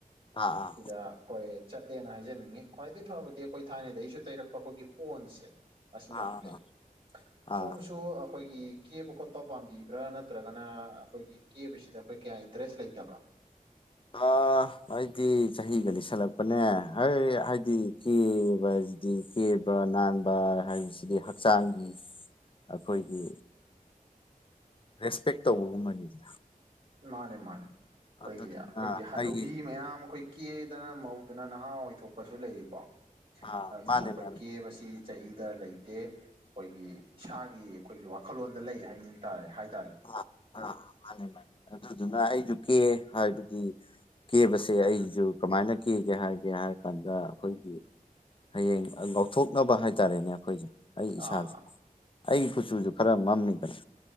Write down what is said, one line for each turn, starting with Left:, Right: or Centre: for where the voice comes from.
Left: ꯑꯥ ꯑꯥ ꯑꯥ
Right: ꯁꯤꯗ ꯀꯣꯌꯦꯠ ꯆꯠꯂꯦꯅ ꯍꯥꯏꯖꯅꯤꯡꯉꯤ ꯈ꯭ꯋꯥꯏꯗꯗꯒꯤ ꯐꯕꯗꯤ ꯑꯩꯈꯣꯏ ꯊꯥꯏꯅꯗꯒꯤꯁꯨ ꯇꯩꯔꯛꯄ ꯑꯩꯈꯣꯏꯒꯤ ꯄꯣꯟꯁꯁꯦ ꯑꯁꯤ ꯌꯥꯝ
Left: ꯑꯥ
Right: ꯐꯩ
Left: ꯑꯥ ꯑꯥ
Right: ꯁꯣꯝꯁꯨ ꯑꯩꯈꯣꯏꯒꯤ ꯀꯦꯕ ꯈꯣꯠꯄ ꯄꯥꯝꯕꯤꯕ꯭ꯔꯥ ꯅꯠꯇ꯭ꯔꯒꯅ ꯑꯩꯈꯣꯏꯒꯤ ꯀꯦꯕꯁꯤꯗ ꯑꯩꯈꯣꯏ ꯀꯌꯥ ꯏꯟꯇꯔꯦꯁ ꯂꯩꯇꯕ꯭ꯔꯥ
Left: ꯑꯥ ꯑꯩꯗꯤ ꯆꯍꯤꯒ ꯂꯩꯁꯜꯂꯛꯄꯅꯦ ꯑꯩ ꯍꯥꯏꯗꯤ ꯀꯦꯕ ꯍꯥꯏꯗꯤ ꯀꯦꯕ ꯅꯥꯟꯕ ꯍꯥꯏꯕꯁꯤꯗꯤ ꯍꯛꯆꯥꯡꯒꯤ ꯑꯩꯈꯣꯏꯒꯤ ꯔꯦꯁꯄꯦꯛ ꯇꯧꯕꯒꯨꯝꯕꯅꯤꯗꯅ
Right: ꯃꯥꯅꯦ ꯃꯥꯅꯦ ꯑꯩꯈꯣꯏꯒꯤ
Left: ꯑꯗꯨꯗꯨꯅ
Right: ꯑꯩꯈꯣꯏꯒꯤ ꯍꯅꯨꯕꯤ
Left: ꯑꯩꯒꯤ
Right: ꯃꯌꯥꯝ ꯑꯩꯈꯣꯏ ꯀꯦꯗꯅ ꯃꯧꯗꯨꯅ ꯅꯍꯥ ꯑꯣꯏꯊꯣꯛꯄꯁꯨ ꯂꯩꯔꯤꯀꯣ
Left: ꯑꯥ
Right: ꯑꯗꯨꯅ
Left: ꯃꯥꯅꯦ
Right: ꯑꯩꯈꯣꯏ
Left: ꯃꯥꯅꯦ
Right: ꯀꯦꯕꯁꯤ ꯆꯍꯤꯗ ꯂꯩꯇꯦ ꯑꯩꯈꯣꯏꯒꯤ ꯏꯁꯥꯒꯤ ꯑꯩꯈꯣꯏꯒꯤ ꯋꯥꯈꯜꯂꯣꯟꯗ ꯂꯩ ꯍꯥꯏꯅꯤꯡ ꯇꯥꯔꯦ ꯍꯥꯏ
Left: ꯑꯥ ꯑꯥ ꯑꯥ ꯃꯥꯅꯦ ꯃꯥꯅꯤ ꯑꯗꯨꯗꯨꯅ ꯑꯩꯁꯨ ꯀꯦ ꯍꯥꯏꯕꯗꯤ ꯀꯦꯕꯁꯦ ꯑꯩꯁꯨ
Right: ꯎꯝ
Left: ꯀꯃꯥꯏꯅ ꯀꯦꯒꯦ ꯍꯥꯏꯒꯦ ꯍꯥꯏꯔ ꯀꯥꯟꯗ ꯑꯩꯈꯣꯏꯒꯤ ꯍꯌꯦꯡ ꯉꯥꯎꯊꯣꯛꯅꯕ ꯍꯥꯏꯇꯥꯔꯦꯅꯦ ꯑꯩꯈꯣꯏꯁꯦ ꯑꯩ ꯏꯁꯥꯁꯦ
Right: ꯑꯥ ꯑꯥ
Left: ꯑꯩ ꯀꯨꯆꯨꯁꯨ ꯈꯔ ꯃꯝꯃꯤꯗꯅ